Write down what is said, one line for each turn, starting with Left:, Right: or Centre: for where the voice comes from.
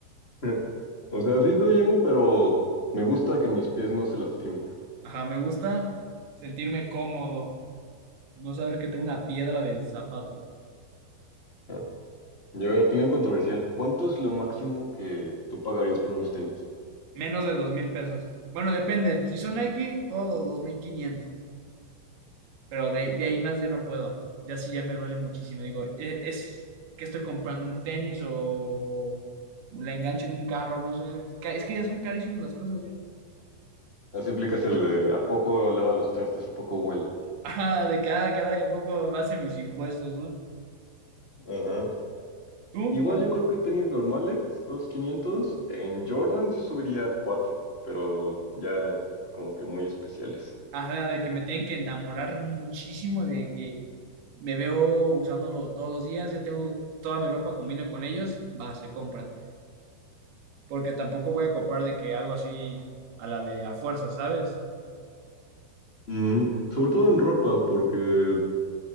Left: <laughs> O sea, sí soy emo, pero me gusta que mis pies no se lastimen.
Right: Ajá, me gusta sentirme cómodo, no saber que tengo una piedra de zapato.
Left: ¿no? Y a ver, opinión controversial, ¿cuánto es lo máximo que tú pagarías por unos tenis?
Right: Menos de dos mil pesos. Bueno, depende. Si son Nike, puedo dos mil quinientos. Pero de, de ahí más yo no puedo. Ya sí, ya me duele muchísimo. Digo, e- es, que estoy comprando un tenis o la enganche de un carro, no sé. Es ca- es que ya son carísimas las cosas, ya.
Left: Así aplicas el de, ¿a poco lava los trastes? ¿A poco vuela?
Right: Ajá, de cada, cada ¿a poco base mis impuestos, ¿no?
Left: Ajá.
Right: ¿Tú
Left: Igual
Right: cuánto?
Left: yo creo que tenis normales, dos quinientos en Jordan sí subiría a 4, pero ya como que muy especiales.
Right: Ajá, de que me tienen que enamorar muchísimo de que me veo usándolo todos los días, ya tengo toda mi ropa combina con ellos, va, se compra. porque tampoco voy a copar de que algo así a la de a fuerza, ¿sabes?
Left: Mm, sobre todo en ropa, porque